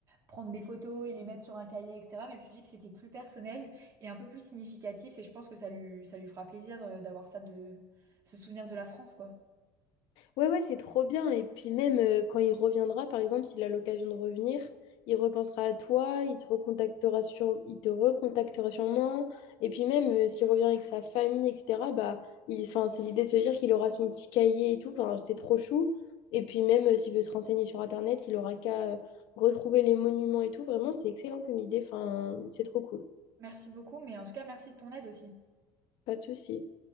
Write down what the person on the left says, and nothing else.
Ouais, ouais, c'est trop bien. Et puis, même euh, quand il reviendra, par exemple, s'il a l'occasion de revenir, il repensera à toi, il te recontactera sur... il te recontactera sûrement. Et puis, même euh, s'il revient avec sa famille, etc., bah, il... enfin, c'est l'idée de se dire qu'il aura son petit cahier et tout. Enfin, c'est trop chou. Et puis, même euh, s'il veut se renseigner sur Internet, il aura qu'à euh, retrouver les monuments et tout. Vraiment, c'est excellent comme idée. Enfin, c'est trop cool.
Pas de souci.